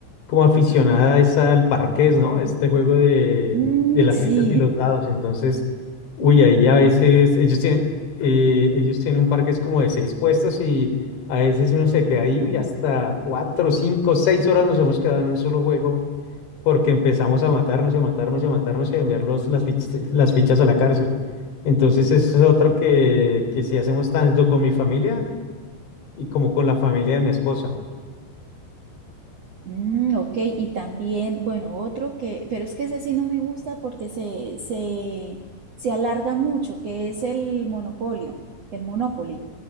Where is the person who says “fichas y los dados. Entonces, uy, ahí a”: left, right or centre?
Left